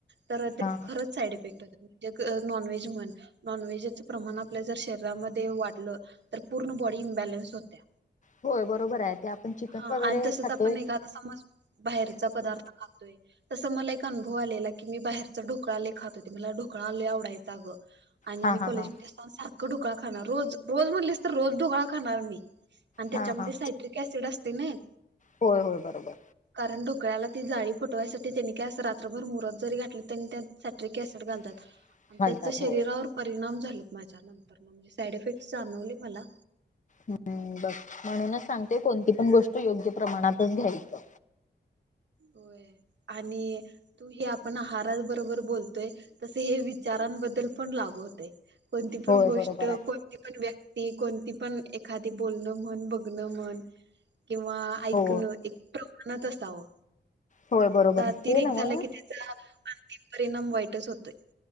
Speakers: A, on the right; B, on the left.
A: तर ते
B: हा
A: खरच. साईड इफेक्ट एक नॉनव्हेज म्हण नॉनव्हेज च प्रमाण आपल्या जर शरीरामध्ये, ते वाढल तर पूर्ण बॉडी एम्बलेन्स होत्या.
B: होय बरोबर आहे ते आपण चिकन
A: हा
B: वगैरे
A: आणि तसच
B: खातोय
A: आपण एखादा समज बाहेरचा पदार्थ खातोय. तस मला एक अनुभव आलेला की, मी बाहेरचा ढोकळा लय खात होते. मला ढोकळा लय आवडायचा आ गं. आणि
B: हा
A: मी
B: हा
A: कॉलेजमध्ये
B: हा
A: असताना सारखं ढोकळा खाणार रोज रोज म्हटलीस तर रोज ढोकळा खाणार मी. आणि त्याच्यामध्ये
B: हा हा
A: सायट्रिक ऍसिड असते नाही.
B: होय होय बरोबर
A: कारण ढोकळ्याला ती जाळी फुटवायसाठी त्यांने काय अस रात्रभर मुरत जरी घातल तरी त्यात सॅट्रिक ऍसिड घालतात.
B: <inaudible>
A: आणि त्याच शरीरावर
B: होय
A: परिणाम झाल माझ्या. साईड इफेक्ट जाणवले मला.
B: हम्म. बग म्हणूनच सांगते कोणती पण गोष्ट योग्य प्रमाणातच घ्यायचं.
A: हम आणि तू हे आपण आहारा बरोबर बोलतोय. तस हे विचारांबद्दल पण लागु होतय. कोणती पण
B: होय
A: गोष्ट
B: बरोबर आहे
A: कोण ती पण व्यक्ती, कोणती पण एखादी बोलणं म्हण, बघणं म्हण किंवा ऐकणं
B: हो
A: एक प्रमाणात असावं.
B: होय बरोबर
A: त्याचा
B: आहे
A: अतिरेक
B: ते नव्ह
A: झाला की, त्याचा आर्थिक परिणाम वाईटच होतोय.